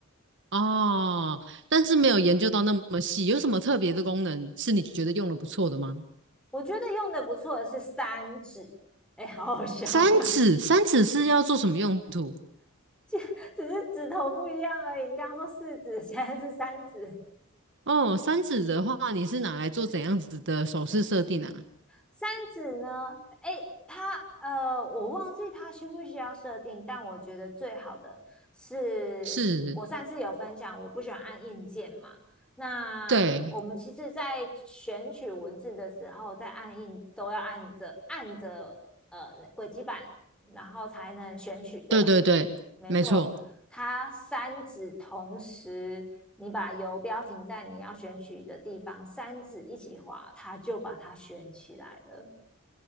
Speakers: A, on the right; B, in the centre.
A: 哦，但是没有研究到那么细，有什么特别的功能是你觉得用的不错的吗？
B: 我觉得用的不错的是三指，哎，好好笑啊，
A: 三指，三指是要做什么用途？
B: <laughs> 只是指头不一样而已。你刚刚说四指，现在是三指。
A: 哦，三指的话，你是拿来做怎样子的手势设定啊？
B: 三指呢？哎，它呃，我忘记它需不需要设定，但我觉得最好的是我上次有分享，
A: 是，
B: 我不喜欢按硬件嘛。那我们其实，
A: 对，
B: 在选取文字的时候，在按印都要按着按着呃轨迹板，然后才能选取，对吧？
A: 对对对，
B: 没错，
A: 没错。
B: 它三指同时，你把游标停在你要选取的地方，三指一起滑，它就把它选起来了。